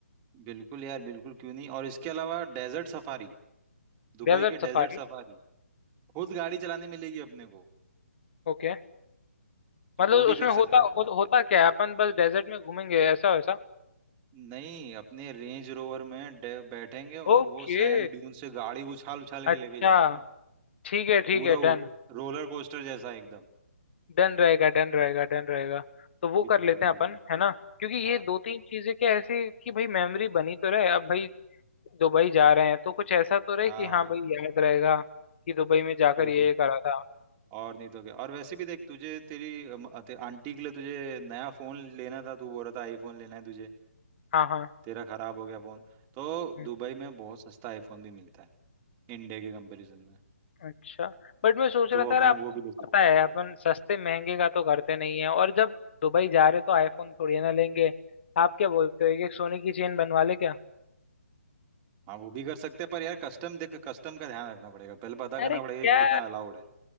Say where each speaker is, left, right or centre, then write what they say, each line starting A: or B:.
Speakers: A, on the right; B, on the left.
A: बिल्कुल यार बिल्कुल क्यों नहीं और इसके अलावा डेजर्ट सफारी दुबई
B: Desert
A: की
B: safari
A: डेजर्ट सफारी खुद गाड़ी चलाने मिलेगी अपने को
B: ओके मतलब
A: वो भी
B: उसमें
A: कर
B: होता
A: सकते हैं
B: हो,
A: अपने
B: होता क्या है अपन बस डेजर्ट में घूमेंगे ऐसा वैसा
A: नहीं अपने रेंज रोवर में डे- बैठेंगे और
B: ओके
A: वो सैंड ड्यून से गाड़ी उछाल उछाल के
B: अच्छा
A: लेके जाएंगी
B: ठीक है ठीक
A: पूरा
B: है
A: उ-
B: डन
A: रोलर कोस्टर जैसा एकदम
B: डन रहेगा डन रहेगा डन रहेगा तो वो
A: बिल्कुल
B: कर लेते
A: बिल्कुल
B: हैं अपन है ना क्योंकि
A: हाँ
B: ये दो तीन चीजें क्या ऐसी कि भाई मेमोरी बनी तो रहे अब भाई दुबई जा रहे हैं तो कुछ ऐसा तो रहे
A: हाँ
B: कि हाँ भाई याद रहेगा कि दुबई में जाकर
A: बिल्कुल
B: ये ये करा था
A: और नहीं तो क्या और वैसे भी देख तुझे तेरी अम, ते, आंटी के लिए तुझे नया फोन लेना था तू बोल रहा था आईफोन लेना है तुझे
B: हाँ
A: तेरा खराब हो गया फोन तो
B: हाँ
A: दुबई में बहुत सस्ता आईफोन भी मिलता है इंडिया के कंपैरिजन में
B: अच्छा बट मैं सोच
A: तो
B: रहा था
A: अपने
B: यार आपको
A: वो भी ले सकते
B: पता है
A: हैं
B: अपन सस्ते महंगे का तो करते नहीं है और जब दुबई जा रहे तो आईफोन थोड़ी ना लेंगे आप क्या बोलते हो एक एक सोने की चेन बनवा ले क्या
A: हाँ वो भी कर सकते हैं पर यार कस्टम देख कस्टम का ध्यान रखना पड़ेगा पहले पता
B: अरे
A: करना
B: क्या
A: पड़ेगा कि कितना अलाउड है